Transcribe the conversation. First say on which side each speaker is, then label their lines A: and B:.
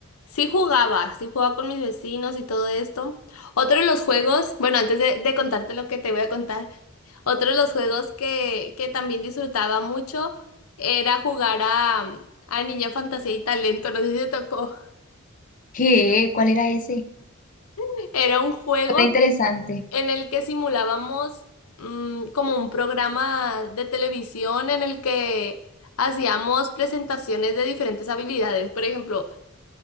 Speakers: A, on the left; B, on the left.
A: sí jugaba, sí jugaba con mis vecinos y todo esto. Otro de los juegos, bueno, antes de, de contarte lo que te voy a contar, otro de los juegos que, que también disfrutaba mucho era jugar a, a Niña Fantasía y Talento, no sé si te tocó.
B: ¿Qué? ¿Cuál era ese?
A: <laughs> Era un juego.
B: Suena interesante.
A: en el que simulábamos mm, como un programa de televisión en el que hacíamos presentaciones de diferentes habilidades. Por ejemplo,